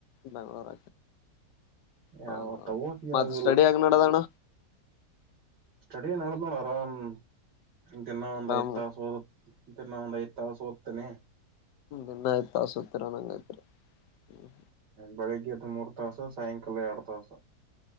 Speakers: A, on the left; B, on the right.
A: ಬೆಂಗ್ಳೂರ ಹ
B: ಯಾವ ತಗೋ ಯಾವಿಲ್ಲ
A: ಮತ್ತ ಸ್ಟಡಿ ಯಕದಣ
B: ಸ್ಟಡಿ ನಡ ನೋಳ ಆರಾಮ್ ದಿನ
A: ಆರಾಮ್
B: ಒಂದ್ ಐ್ತ ಸೋದ ತಿನ್ನದ ಇತ ಸೊತನೆ
A: ನಿನ್ನಾಯ್ತ ತಸುತೀರ ನಂಗೈ್ತ್ೆ ಹ್ಮ
B: ಬೆಳಿಗ್ಗೆ ಹದ ಮೂರು ತಾಸ ಸಾಯಂಕಾಲ ಎರಡು ತಾಸ